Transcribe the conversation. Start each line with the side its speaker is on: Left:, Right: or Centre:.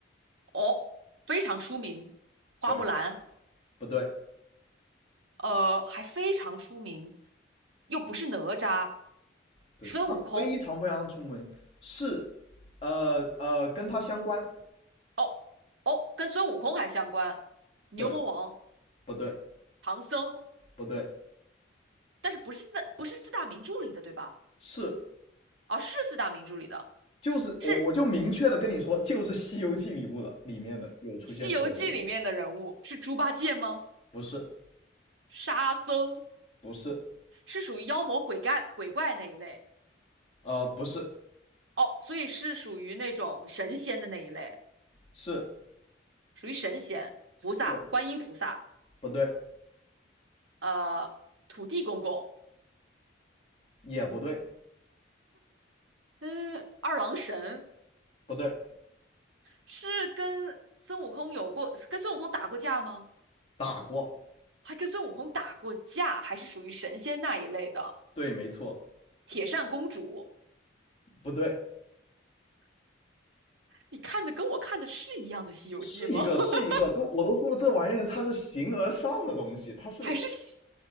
Right: 哦，非常出名，《花木兰》
Left: 对不对？
Right: 呃还非常出名，又不是哪吒，
Left: 对，
Right: 孙悟空
Left: 他非常非常出名，是，呃呃，跟他相关，
Right: 哦哦跟孙悟空还相关，牛魔王、
Left: 对，不对？
Right: 唐僧，
Left: 不对，
Right: 但是不是四不是四大名著里的对吧？
Left: 是，
Right: 哦，是四大名著里的，
Left: 就是我我就明确的跟你说，
Right: 是
Left: 就是《西游记》里部的里面的有出现过的人物，
Right: 《西游记》里面的人物，是猪八戒吗？
Left: 不是，
Right: 沙僧。
Left: 不是，
Right: 是属于妖魔鬼怪鬼怪那一类
Left: 呃，不是，
Right: 哦，所以是属于那种神仙的那一类，
Left: 是，
Right: 属于神仙、菩萨、
Left: 对，
Right: 观音菩萨，
Left: 不对？
Right: 呃，土地公公，
Left: 也不对，
Right: 嗯，二郎神，
Left: 不对，
Right: 是跟孙悟空有过，跟孙悟空打过架吗？
Left: 打过，
Right: 还跟孙悟空打过架，还是属于神仙那一类的
Left: 对，没错，
Right: 铁扇公主？
Left: 不对，
Right: 你看的跟我看的是一样的《西游记》吗？
Left: 是一个，
Right: <laughs>
Left: 是一个，都我都说了，这玩意儿它是形而上的东西，它是
Right: 还是西